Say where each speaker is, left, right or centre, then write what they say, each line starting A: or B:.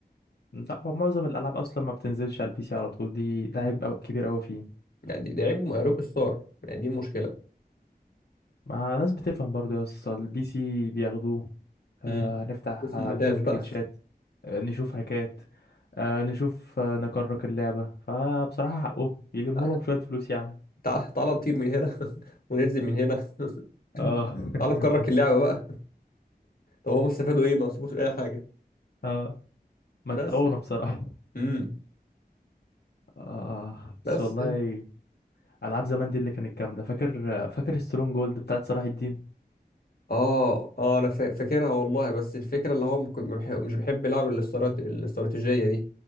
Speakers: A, on the left; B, on the left.
A: لا هو معظم الالعاب اصلا ما بتنزلش على البي سي على طول دي ده
B: مم.
A: عيب أوي- كبير قوي فيه
B: يعني دي, دي عيب م- روك ستار يعني دي مشكلة
A: ما ناس بتفهم برضه يا اسطى البي سي بياخدوه آه،
B: امم
A: هنفتح
B: اسم
A: آه،
B: مودات
A: نشوف جليتشات
B: بقى
A: آه، نشوف هكات آه، نشوف آه، نكرك اللعبة فبصراحة حقه يلموا
B: <laughs>
A: لهم شوية فلوس يا عم
B: تع- تعال نطير من هنا <laughs> وننزل من هنا <laughs>
A: اه <laughs>
B: تعال نكرك اللعبة بقى طب هم استفادوا ايه ما استفادوش اي حاجة
A: اه متعونا
B: بس
A: بصراحة
B: امم
A: اه
B: بس
A: بس والله
B: يعني.
A: ألعاب زمان دي اللي كانت جامدة فاكر آه، فاكر سترونج جولد بتاعت صلاح الدين
B: اه اه انا فا- فاكرها والله بس الفكره اللي هو ممكن- ما بح- مش بحب العب الاسترات... الاستراتيجيه دي